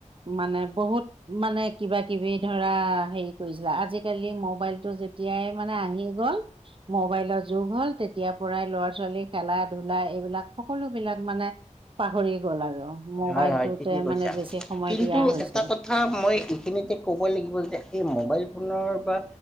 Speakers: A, on the right (about 40°); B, in the centre.
A: মানে বহুত মানে কিবা- কিবি ধৰা হেৰি কৰিছিলা, আজিকালি মোবাইলটো যে তিয়াই মানে আহি গ'ল মবাইলৰ যুগ হ'ল তেতিয়াৰ পৰাই ল'ৰা- ছোৱালী খেলা - ধূলা এইবিলাক সকলোবিলাক মানে পাহৰি গ'ল আৰু মোবাইলটোতে
B: হয় হয় ঠিকেই কৈছা।
A: মানে বেছি সময়
B: কিন্তু
A: দিয়া হৈছে
B: এটা ক থা মই এইখিনিতে ক'ব লাগিব যে এই মোবাইল ফোনৰ বা